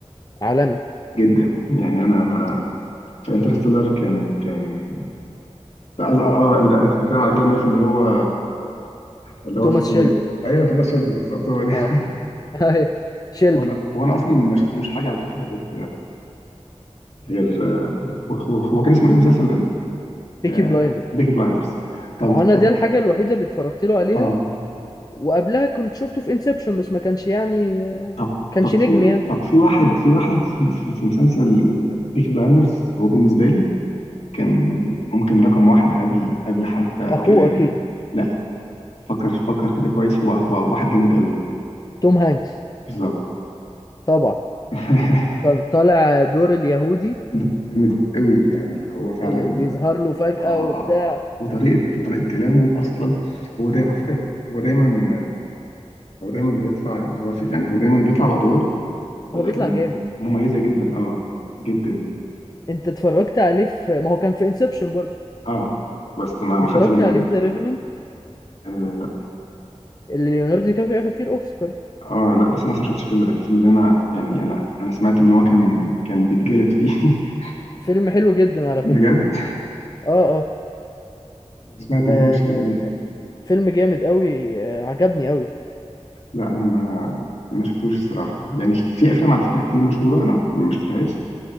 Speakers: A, on the left (about 35°); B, on the left (about 65°).
A: عالمي
B: جدا يعني انا ما في انترستيلر كان كان اه آه، انت انت بتتكلم على كلام ميرفي اللي هو اللي هو
A: توماس
B: في
A: شيلبي
B: ايوه توماس شيلبي بالظبط هو ده
A: اه ايوه شيلبي
B: هو انا هو انا اصلا ما شفتلوش حاجه على فكره غير غير هو هو هو كان اسمه ايه المسلسل ده؟
A: بيكي
B: آه
A: بلايندرز
B: بيكي بلايندرز طب
A: ما هو انا
B: طب
A: دي الحاجه الوحيده اللي اتفرجت له عليها
B: اه
A: وقبلها كنت شفته في انسبشن بس ما كانش يعني
B: طب
A: كانش
B: طب في
A: نجم يعني
B: طب في واحد في واحد في, في في مسلسل بيكي بلايندرز هو بالنسبه لي كان ممكن رقم واحد قبل قبل حتى
A: اخوه
B: كيليان
A: اكيد
B: لا فكر فكر كده كويس هو هو واحد جامد قوي
A: توم هانكس
B: بالظبط
A: طبعا
B: <laughs>
A: كان طالع دور اليهودي
B: دور جامد قوي يعني اللي هو فعلا
A: اللي بيظهر له فجأة
B: آه
A: وبتاع
B: وطريقه وطريقه كلامه اصلا هو دايما على فكره هو دايما هو دايما بيطلع اللي هو في يعني هو دايما بيطلع بأدوار ب-
A: هو
B: م-
A: بيطلع جامد
B: مميزة جدا اه جدا
A: انت اتفرجت عليه في ما هو كان في انسبشن برضه
B: اه بس ما ما
A: اتفرجت
B: خدتش بالي
A: عليه
B: منها
A: في ذا ريفننت
B: آه لا
A: اللي ليوناردو دي كابريو اخد فيه الاوسكار
B: اه لا بس انا أصلاً ما شفتش الفيلم ده الفيلم ده انا يعني انا انا سمعت ان هو كان كان بيتجلد فيه <laughs>
A: فيلم حلو جدا على
B: بجد
A: فكرة اه اه,
B: سمعت ان
A: آه
B: هو شيء يعني
A: فيلم جامد قوي آه عجبني قوي
B: لا انا ما ما شفتوش الصراحه يعني في افلام على فكره كتير مشهوره انا ما شفتهاش